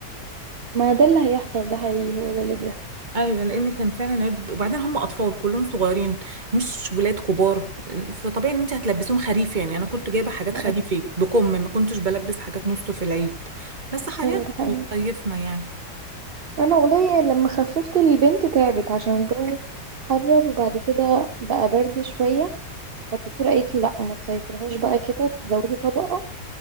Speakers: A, on the right; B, on the right.
A: ما ده اللي هيحصل ده حقيقي هو ده اللي بيحصل
B: ايوه لان كان فعلا عيب وبعدين هم اطفال كلهم صغيرين مش ولاد كبار فطبيعي ان انت هتلبسيهم خريف يعني انا كنت جايبه حاجات
A: <laughs>
B: خريفي بكم ما كنتش بلبس حاجات نص في العيد بس حاليا
A: أيوة ده حقيقي
B: صيفنا يعني
A: أنا والله لما خففت البنت تعبت عشان الجو حرر وبعد كده بقى برد شوية فالدكتورة قالت لي لأ ما تصيفلهاش بقى كده تزودي طبقة